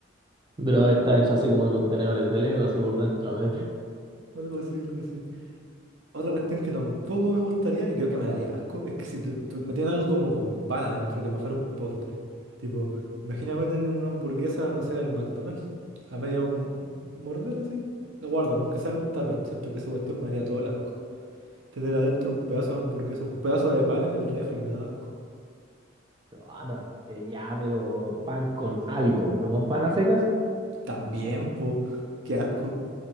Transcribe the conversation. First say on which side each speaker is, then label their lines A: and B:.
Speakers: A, on the right; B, on the right.
A: pero está hecho así como de contenedores de Lego, así por dentro. <laughs> eh.
B: Algo así, algo así. Otra cuestión que tampoco me gustaría y creo que me daría asco es que si tu- tu- metían algo como con pan adentro, que no fuera un postre. Tipo, imagínate tener una hamburguesa, no sé, del McDonald's, a medio m- morder así. Lo guardan, aunque sea en un tupper. Siento que esa cuestión me haría todo el asco. Tener adentro un pedazo de hamburguesa, un pedazo de pan en el refri, me da asco.
A: Ah, no, eh, ya, pero pan con algo, no pan a secas.
B: También, pues, qué asco.